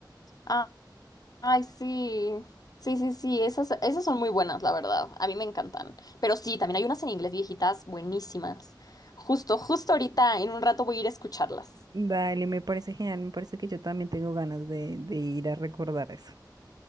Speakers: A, on the left; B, on the right.
A: Ah, ay, sí. Sí, sí, sí, esas, esas son muy buenas, la verdad. A mí me encantan. Pero sí, también hay unas en inglés viejitas buenísimas. Justo, justo ahorita, en un rato voy a ir a escucharlas.
B: Dale, me parece genial, me parece que yo también tengo ganas de, de ir a recordar eso.